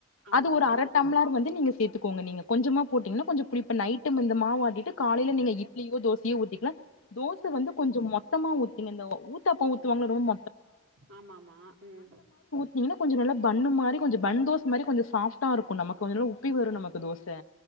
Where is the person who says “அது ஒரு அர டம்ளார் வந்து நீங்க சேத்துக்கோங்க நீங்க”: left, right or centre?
Left